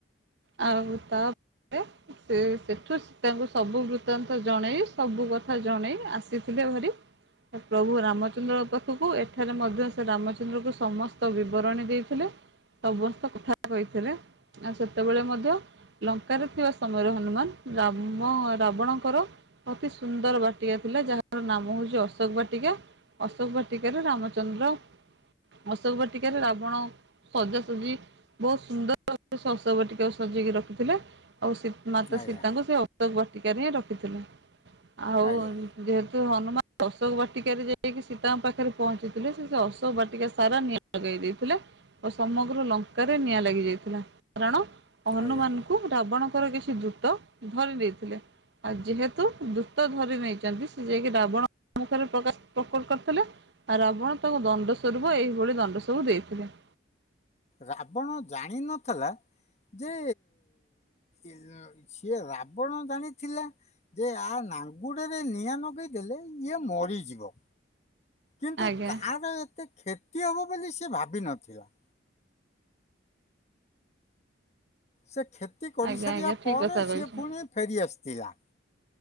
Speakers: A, on the right; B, on the left.
A: ଆଉ ତାପରେ ସେସେଠୁ ସୀତାଙ୍କୁ ସବୁ ବୃତ୍ତାନ୍ତ ଜଣେଇ ସବୁ କଥା ଜଣେଇ ଆସିଥିଲେ ଭାରି। ସେ ପ୍ରଭୁ ରାମଚନ୍ଦ୍ରଙ୍କ ପାଖକୁ ଏଠାରେ ମଧ୍ୟ ସେ ରାମଚନ୍ଦ୍ରକୁ ସମସ୍ତ ବିବରଣୀ ଦେଇଥିଲେ। ସମସ୍ତ କଥା କହିଥିଲେ ଆଉ ସେତେବେଳେ ମଧ୍ୟ ଲଙ୍କାରେ ଥିବା ସମୟରେ ହନୁମାନ ରାମ ରାବଣଙ୍କର ଅତି ସୁନ୍ଦର ବାଟିକା ଥିଲା ଯାହାର ନାମ ହଉଛି ଅଶୋକ ବାଟିକା। ଅଶୋକ ବାଟିକାରେ ରାମଚନ୍ଦ୍ର ଅଶୋକ ବାଟିକାରେ ରାବଣ ସଜାସଜି ବହୁତ ସୁନ୍ଦର ସ ଅଶୋକ ବାଟିକାକୁ ସଜେଇକି ରଖିଥିଲେ ଆଉ ସୀ ମାତା
B: ଆଜ୍ଞା
A: ସୀତାଙ୍କୁ ସେ ତ ବାଟିକାରେ ହିଁ ରଖିଥିଲା ଆଉ
B: ଆଜ୍ଞା
A: ଯେହେତୁ ହନୁମାନ ଅଶୋକ ବାଟିକାରେ ଯାଇକି ସୀତାଙ୍କ ପାଖରେ ପହଞ୍ଚିଥିଲେ ସେ ସେ ଅଶୋକ ବାଟିକା ସାରା ନିଆଁ ଲଗେଇ ଦେଇଥିଲେ ଓ ସମଗ୍ର ଲଙ୍କାରେ ନିଆଁ ଲାଗିଯାଇଥିଲା କାରଣ ହନୁମାନ
B: ଆଜ୍ଞା
A: କୁ ରାବଣଙ୍କର କିଛି ଦୂତ ଧରି ନେଇଥିଲେ। ଆଉ ଯେହେତୁ ଦୂତ ଧରି ନେଇଛନ୍ତି ସେ ଯାଇକି ରାବଣ ମୁଖରେ ପ୍ରକାଶ ପ୍ରକପ କରିଥିଲେ। ଆ ରାବଣ ତାକୁ ଦଣ୍ଡ ସ୍ୱରୂପ ଏହିଭଳି ଦଣ୍ଡ ସବୁ ଦେଇଥିଲେ।
B: ରାବଣ ଜାଣିନଥିଲା ଯେ ଇ ସିଏ ରାବଣ ଜାଣିଥିଲା। ଯେ ଆ ନାଙ୍ଗୁଡରେ ନିଆଁ ନଗେଇଦେଲେ ଇଏ ମରିଯିବ। କିନ୍ତୁ
A: ଆଜ୍ଞା
B: ତାର ଏତେ କ୍ଷତି ହବ ବୋଲି ସେ ଭାବିିନଥିଲା। ସେ କ୍ଷତି କରିସାରିବା
A: ଆଜ୍ଞା ଆଜ୍ଞା ଠିକ
B: ପରେ
A: କଥା କହିଛନ୍ତି।
B: ସିଏ ପୁଣି ଫେରିଆସିଥିଲା।